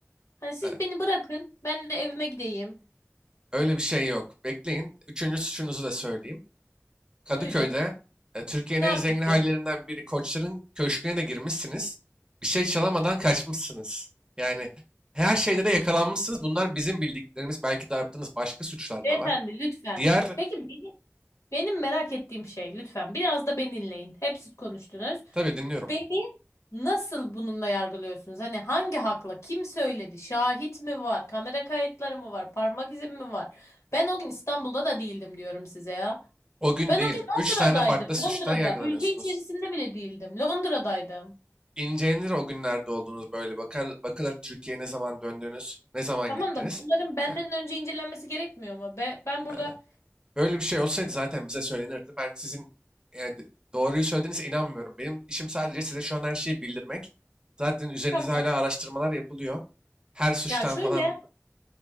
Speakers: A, on the left; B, on the right.
A: Hani siz
B: Ee,
A: beni bırakın, ben de evime gideyim.
B: Öyle bir şey yok. Bekleyin. Üçüncü suçunuzu da söyleyeyim. Kadıköy'de
A: Buyurun.
B: e, Türkiye'nin
A: Ne yapayım
B: en zengin hallerinden biri Koçların Köşkü'ne de girmişsiniz. Bir şey çalamadan kaçmışsınız. Yani her şeyde de yakalanmışsınız. Bunlar bizim bildiklerimiz. Belki de yaptığınız başka suçlar
A: beyefendi
B: da var.
A: lütfen.
B: Diğer
A: Peki beni, benim merak ettiğim şey lütfen biraz da beni dinleyin. Hep siz konuştunuz.
B: Tabii dinliyorum.
A: Beni nasıl bununla yargılıyorsunuz? Hani hangi hakla? Kim söyledi? Şahit mi var? Kamera kayıtları mı var? Parmak izim mi var? Ben o gün İstanbul'da da değildim diyorum size ya.
B: O gün
A: Ben
B: değil.
A: o gün Londra'daydım.
B: Üç tane farklı suçtan
A: Londra'da.
B: yargılanıyorsunuz.
A: Ülke içerisinde bile değildim. Londra'daydım.
B: İncelenir o günlerde olduğunuz böyle. Bakar, bakılır Türkiye'ye ne zaman döndünüz, ne zaman
A: Tamam
B: gittiniz.
A: da bunların benden
B: Ya,
A: önce incelenmesi gerekmiyor mu? Be, ben burada
B: e, böyle bir şey olsaydı zaten bize söylenirdi. Ben sizin e, d- doğruyu söylediğinize inanmıyorum. Benim işim sadece size şu an her şeyi bildirmek. Zaten üzerinizde
A: tamam.
B: hala araştırmalar yapılıyor. Her suçtan
A: Ya şöyle
B: falan.